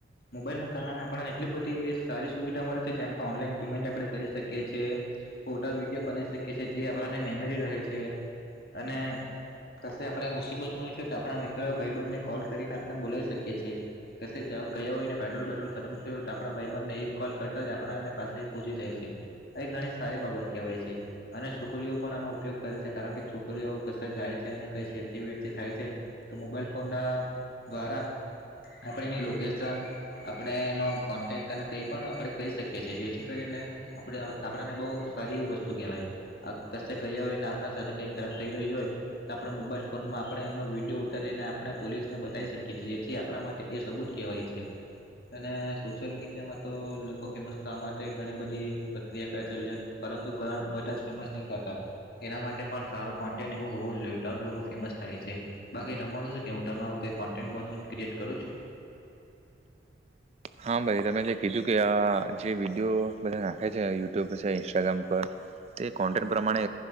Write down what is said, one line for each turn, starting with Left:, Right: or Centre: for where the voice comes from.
Left: મોબાઈલ કારણે આપણને એટલી બધી સારી સુવિધા મળે છે જેમ કે ઓનલાઈન પેમેન્ટ આપણે કરી શકીએ છીએ ફોટા વિડીયો બનાવી શકીએ છીએ જે આપણને મેમરી રહે છે અને કશે આપણે મુસીબતમાં હોય છે તો આપણા મિત્રો ભાઈ બનને કોલ કરીને આપણે બોલાવી શકીએ છીએ ક ગયા હોયને પટ્રોલ બેટ્રોલ ખતમ થયો હોય તો આપણા ભાઈ બનને એક કોલ કરતાં જ આપણાને પાસે પહોંચી જાય છે એ ઘણી સારી બાબત કહેવાય છે અને છોકરીઓ પણ આનો ઉપયોગ કરે છે કારણ કે છોકરીઓ કશ જાય છે અને કઈ છેડતી વેરતી થાય છે તો મોબાઈલ ફોનના દ્વારા આપણે એની લોકેશન આપણે એનો કોન્ટેક અને કંઈ પણ આપણે કરી શકીએ છીએ જેથી કરીને આપણે આપણાને બહુ સારી વસ્તુ કહેવાય આ કશે ગયા હોય ને આપણા સાથે કઈ ખરાબ થઈ રહી હોય તો આપણે મોબાઈલ ફોનમાં આપણે એનો વિડીયો ઉતારીને આપણે પોલીસને બતાવી શકીએ છીએ જેથી આપણા માટે એ સબૂત કહેવાય છે અને સોશિયલ મીડિયામાં તો લોકો ફેમસ થવા માટે ઘણી બધી પ્રક્રિયા કરે ચાલ્યા પરંતુ ઘણા બધા જ ફેમસ નહીં થતા એના માટે પણ સારો કોન્ટેન્ટ એવું હોવો જોઈએ તો જ લોકો ફેમસ થાય છે બાકી તમારું શું કે હું તમે આવું કંઈ કોન્ટેન્ટ બ ક્રિએટ કરું છું
Right: હા ભાઈ તમે જે કીધું કે આ જે વિડીયો બધા નાખે છે યુટ્યુબ છે ઇન્સ્ટાગ્રામ પર તે કોન્ટેન્ટ પ્રમાણે